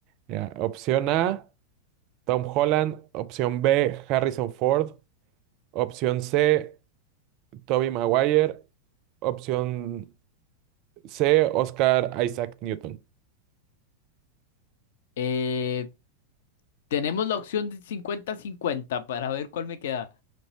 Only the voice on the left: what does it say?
Eh, tenemos la opción de cincuenta-cincuenta para ver cuál me queda.